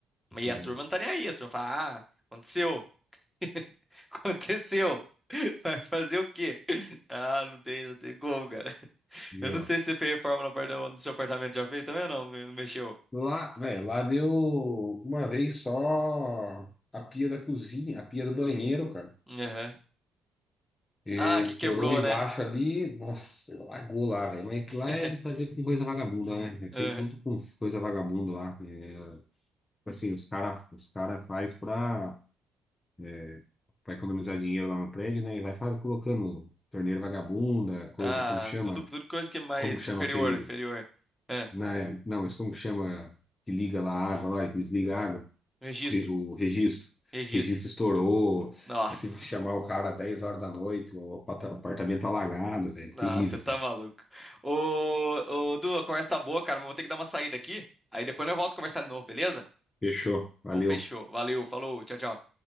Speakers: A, in the centre; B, on the left.
A: E
B: Deus.
A: a turma não tá nem aí, a turma fala: "Ah, aconteceu". <laughs> Aconteceu. Vai fazer o quê? Ah, não tem, não tem como, cara.
B: Meu.
A: Eu não sei se você fez reforma no apart- no seu apartamento já fez também ou não, não mexeu.
B: Lá, velho, lá deu uma vez só a pia da cozinha, a pia do banheiro, cara.
A: Aham.
B: É,
A: Ah, que
B: estourou
A: quebrou,
B: embaixo
A: né?
B: ali, nossa, largou lá, velho. Mas que
A: <laughs>
B: lá é de fazer com coisa vagabunda, né? É
A: Aham.
B: feito tudo com coisa vagabunda lá. É, assim, os cara, os cara faz pra, é, pra economizar dinheiro lá no prédio, né? E vai faz, colocando torneira vagabunda, coisa,
A: Ah,
B: como que chama?
A: tudo, tudo coisa que é mais
B: Como que chama
A: inferior,
B: aquele.
A: né? inferior. Ah,
B: Né? Não, mas como que chama que liga lá a água lá e que desliga a água?
A: registro,
B: re- o registro.
A: registro.
B: O registro estourou,
A: Nossa,
B: aí tive que chamar o cara às 10 horas da noite, o apata- apartamento alagado, velho.
A: nossa,
B: Terrível,
A: você tá
B: cara.
A: maluco. Ô, ô, Du, a conversa tá boa, cara, mas vou ter que dar uma saída aqui. Aí depois eu volto a conversar de novo, beleza?
B: Fechou, valeu.
A: Então fechou. Valeu, falou, tchau, tchau.